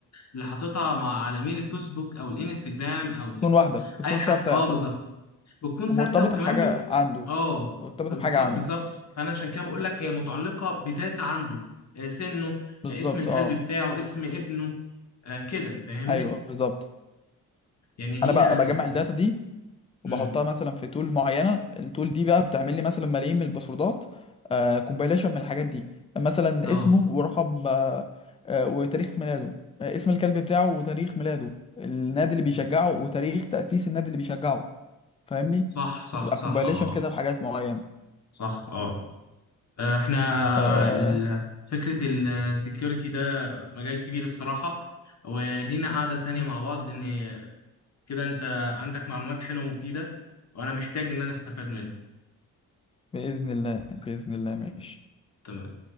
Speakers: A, on the left; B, on the left.
A: اللي حاططها مع على إيميل الفيسبوك أو الإنستجرام أو التيك
B: تكون
A: توك
B: واحده بتكون
A: اي حاجه
B: ثابته
A: اه
B: يعتبر
A: بتكون
B: ومرتبطه
A: ثابته وكمان
B: بحاجه
A: بت...
B: عنده
A: اه
B: مرتبطه
A: بت-
B: بحاجه
A: بالظبط
B: عنده
A: انا عشان كده بقول لك هي متعلقه بداتا عنده آه، سنه
B: بالظبط
A: آه، اسم الكلب
B: اه
A: بتاعه اسم ابنه آه، كده فاهمني
B: ايوه بالظبط
A: يعني
B: انا
A: هي
B: بقى بجمع الداتا دي وبحطها
A: امم
B: مثلا في تول معينه التول دي بقى بتعمل لي مثلا ملايين من الباسوردات آه كومبايليشن من الحاجات دي مثلا
A: اه
B: اسمه ورقم آه آه وتاريخ ميلاده آه اسم الكلب بتاعه وتاريخ ميلاده النادي اللي بيشجعه
A: مم.
B: وتاريخ تأسيس النادي اللي بيشجعه فاهمني
A: صح صح
B: بتبقى
A: صح
B: كومبايليشن
A: اه
B: كده بحاجات معينه
A: صح اه آه، احنا
B: آه
A: ال- فكره السكيورتي ده مجال كبير الصراحه ولينا قعده تانية
B: مم.
A: مع بعض لان كده انت عندك معلومات حلوه ومفيده وانا محتاج ان انا استفاد منها
B: بإذن الله بإذن الله ماشي
A: تمام